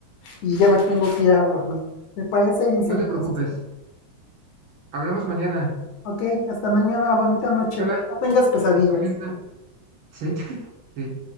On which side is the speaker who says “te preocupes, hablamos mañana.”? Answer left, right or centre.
Right